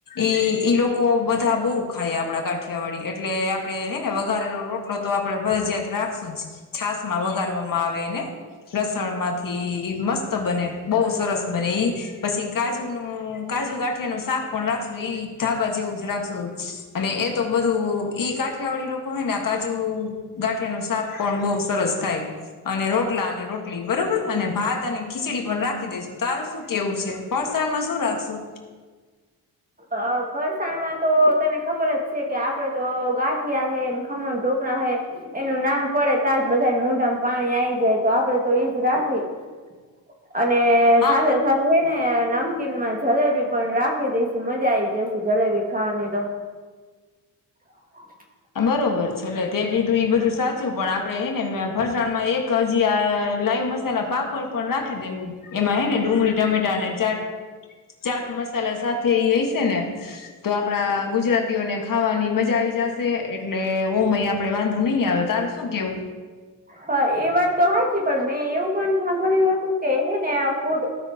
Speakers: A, on the left; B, on the right.
A: ઈ ઈ લોકો બધા બહુ ખાય, આપડા કાઠિયાવાડી એટલે આપડે હેને વઘારેલો રોટ આટલો તો આપડે ફરજીયાત રાખશું જ, છાસ માં વગારવામાં આવે એને. લસણ માંથી મસ્ત બને, બહુ સરસ બને ઈ. પછી કાજુનું કાજુ ગાંઠિયાનું શાક પણ રાખશું એ. ધાબા જેવું જ રાખશો અને એ તો બધું ઈ કાઠિયાવાડી લોકો હોય ને, કાજુ ગાંઠિયા નુ શાક પણ બહ સરસ ખાય. અને રોટલા અને રોટલી બરોબર, અને ભાત અને ખીચડી પણ રાખી દઈશું. તારું શું કેવું છે? ફરસાણમાં શું રાખશું?
B: અ, ફરસાણમાં તો તને ખબર જ છે કે આપડે તો ગાંઠિયા હે, ખમણ, ઢોકળા હૈ. એનું નામ પડે તાજ બધા મોઢામાં પાણી આઈ જાય, તો આપડે તો એઈજ રાખીશું. અને
A: હા
B: સાથે સાથે એને નમકીન માં જલેબી પણ રાખી દઈશું, મજા આ આવી જશે જલેબી ખાવાની તો. <unintelligible>
A: બરોબર છે, એટલે તે કીધું એ બધું સાચું. પણ આપડે હે ને ફરસાણમાં એક હજી આ લાઈવ મ મસાલા પાપડ પણ રાખી દેવું એમાં હે ને, ડુંગળી, ટમેટા અને ચાટ. ચાટ મસાલા સાથે એ હોય છે ને. તો આપડા ગુજરાતીઓને ખાવાની મજા આવી જશે. એટલે ઓ અહીં આપડે વાંધો નહીં આવે, તારે શું કેવું?
B: હા, એ વાત હાચી. તો હા, પણ મેં એવું પણ સાંભળ્યું હતું કે હે ને આ ફૂડ